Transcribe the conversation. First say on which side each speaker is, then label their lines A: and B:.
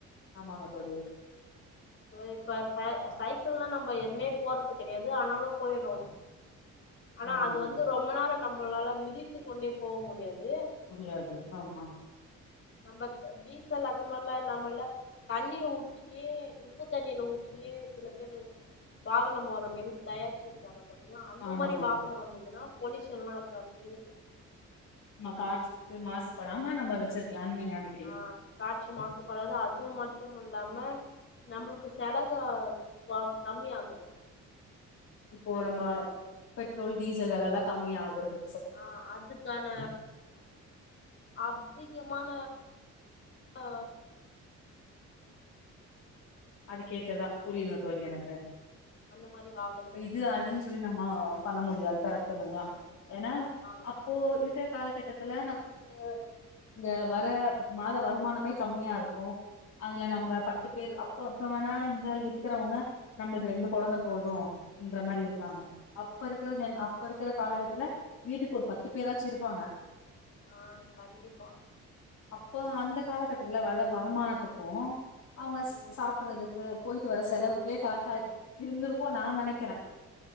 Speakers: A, on the left; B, on the left.
A: ஆமாங்க தோழி
B: ஏ இப்ப ச சைக்கிள்லா நம்ம எதுவுமே போறது கெடையாது ஆனாலு போயிறோம் ஆனா
A: ஆமாங்க
B: அது
A: தோழி
B: வந்து ரொம்ப நேர நம்மளால மிதித்து கொண்டே போக முடியாது
A: முடியாது ஆமா
B: நம்ம த டீசல் அது மாதிரிலா இல்லாம இல்ல தண்ணி ஊற்றியே உப்பு தண்ணீரை ஊற்றியே சில பேரு வாகனம் ஓடுற மாரி தயாரிச்சிருக்காங்க ப ங்களா அந்த
A: ஆமாங்க
B: மாதிரி வாகனம்
A: தோழி
B: வந்ததுன்னா பொலயூஷன்ல்லா இருக்காது
A: ஆமா காற்று வந்து மாசுபடாம நம்ம வச்சிருக்கலா நீங்க அன்னைக்
B: ஆ காற்று மாசுபடாது அது மட்டும் இல்லாம நம்மளுக்கு செலக வாம் கம்மியாகு
A: இப்போ நம்ம பெட்ரோல் டீசல் வெலல்லா கம்மி ஆகுறது
B: ஆ அது க்கான அதிகமான அ
A: அது கேத்ததா புரியனுங்க தோழி எனக்கு
B: அந்த மாரி வாகனங்கள்
A: இது
B: வந்துட்டா
A: அது சொல்லி நம்ம பண்ண முடியாது கரெ்டடுதா ஏன்னா
B: ஆ
A: அப் இப்போ இருக்குற காலகட்டத்துல நம்மளுக்கு இந்த வர மாத வருமானமே கம்மியா இருக்கு அதுல
B: ம்
A: நம்ம பத்து பேரு இப்போ இப்போ வேணா இந்த இருக்குறவங்க நம்மளுக்கு ரெண்டு கொழந்த போது ன்ற மாரி
B: ம்
A: இருப்பாங்க அப்ப இருக்கிறது
B: ம்
A: ஜென் அப் அப்ப இருக்கிற காலகத்துல வீட்டுக்கு ஒரு பத்து பேராச்சு இருப்பாங்க
B: ஆ கண்டிப்பா
A: அப்போ அந்த காலகட்டத்துல வர வருமானத்துக்கு அவங்க ஸ்
B: ம்
A: சாப்பறதுக் க்கு போயிட்டு வர செலவுக்கே தலக்க இருந்திருக்கு நா நெனைக்கிறே